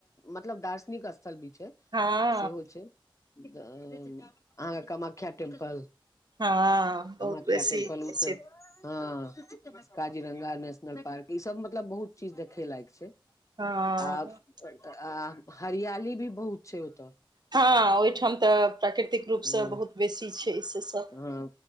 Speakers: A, on the left; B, on the right.
A: मतलब दार्शनिक स्थल भी छै
B: हँ
A: सेहो छै अहाँके कामाख्या टेम्पल
B: हँ बहुत
A: कमाख्या
B: बेसी
A: टेम्पल
B: प्रसिद्ध
A: उ तऽ हँ काजीरंगा नेशनल पार्क ई सब मतलब बहुत चीज देखे लायक छै
B: हँ
A: आब आ हरियाली भी बहुत छै ओतऽ
B: हँ ओहिठाम तऽ प्राकृतिक रूपसँ
A: ह
B: बहुत बेसी छै से सब
A: हँ